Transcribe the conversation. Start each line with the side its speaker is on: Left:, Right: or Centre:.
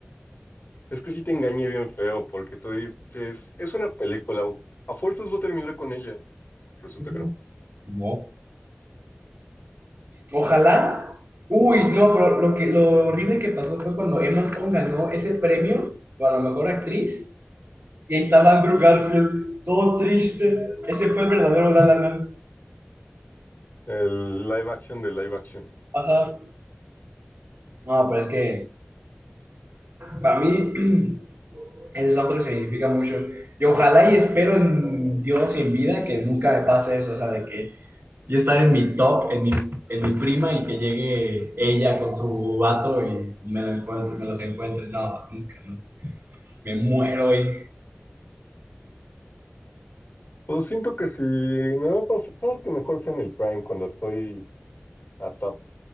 Left: Es que sí te engañé bien feo porque tú dices, es una película, a fuerzas voy a terminar con ella. Resulta
Right: Ujú.
Left: que no.
Right: no. Ojalá. Uy, no, pero lo que, lo horrible que pasó fue cuando Emma Stone ganó ese premio para la mejor actriz y ahí estaba Andrew Garfield, todo triste. Ese fue el verdadero La La Land.
Left: El live action de live action.
Right: Ajá. No, pero es que para mí <clears throat> ese soundtrack significa mucho. Y ojalá y espero en Dios y en vida que nunca me pase eso, o sea, de que yo estar en mi top, en mi, en mi prima y que llegue ella con su vato y me, lo encuentre, me los encuentre. No, nunca, no. Me muero y...
Left: Pues siento que si me va a pasar, que mejor sea en el Prime cuando estoy a top.